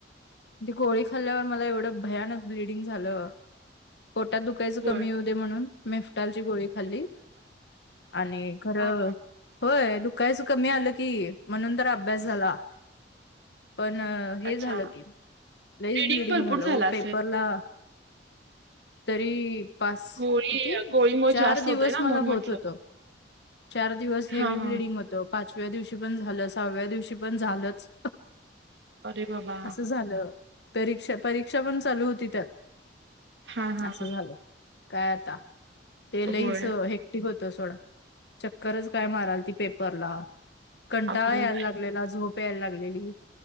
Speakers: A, on the left; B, on the right.
A: ती गोळी खाल्ल्यांवर मलां एवढं भयांनक ब्लिडिंग झालं पोटांत दुखायचं कमी
B: होय.
A: होऊं दे म्हणूंन, मेफटांलची गोळी खांल्ली आणि खरं
B: हा हा
A: होयं दुखायचं कमी आलं की म्हणूंन तरं अभ्यास झालां पणं हे
B: अच्छा.
A: झालं. की लईस
B: ब्लिडिंग
A: ब्लडिंग
B: भरपूर
A: झालं हो
B: असेल.
A: पेपरला. तरी पाच
B: गोळी
A: किती
B: गोळीमुळे
A: चार
B: जास्त होतय
A: दिवस
B: ना
A: मला
B: म्हणून
A: होत
B: म्हंटलं.
A: होत. चार दिवस हेवी
B: हा हा
A: ब्लडिंग होत. पाचव्या दिवशी पण झालं, सहाव्या दिवशी पण झालंच.
B: अरे बाबा
A: असं झालं. परीक्षा परीक्षा पण चालू होती, त्यात.
B: हा हा
A: असं
B: हा
A: झालं. काय आता ते लैच
B: होय
A: हेक्टिक होतं सोडं चक्करच काय माराल ती पेपरला कंटाळा
B: अगो
A: यायला लाग मुलीला झोप याय लागलेली